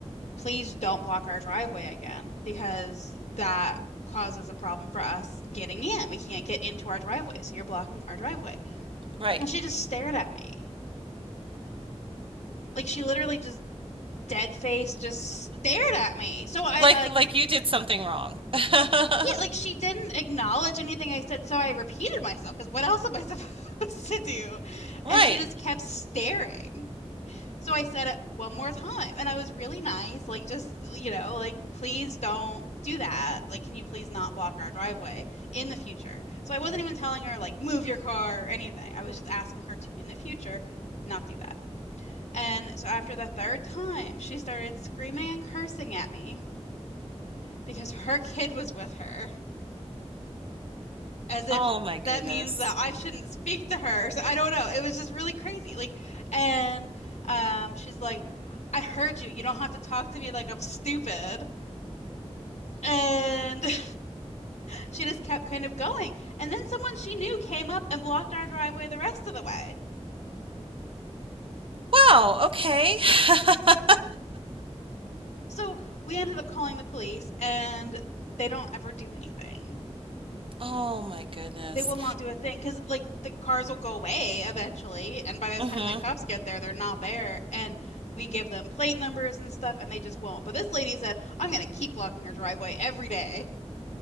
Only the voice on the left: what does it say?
"please don't block our driveway again because that causes a problem for us getting in. We can't get into our driveway, so you're blocking our driveway."
And she just stared at me. Like she literally just dead face just stared at me. So I,
I like
yeah, like she didn't acknowledge anything I said, so I repeated myself because what else am I <laughs> supposed to do?
And she just kept staring. So I said it one more time and I was really nice, like just, you know, like please don't do that. Like can you please not block our driveway in the future? So I wasn't even telling her like move your car or anything. I was just asking her to in the future not do that. And so after the third time, she started screaming and cursing at me. because her kid was with her, as if
that means that I shouldn't speak to her. So I don't know. It was just really crazy. Like, and um, she's like, I heard you. You don't have to talk to me like I'm stupid. And <laughs> she just kept kind of going. And then someone she knew came up and blocked our driveway the rest of the way.
So we ended up calling the police, and they don't ever do anything.
They will not do a thing because like the cars will go away eventually, and by the
time the cops get there, they're not there, and we give them plate numbers and stuff, and they just won't. But this lady said, "I'm gonna keep blocking your driveway every day."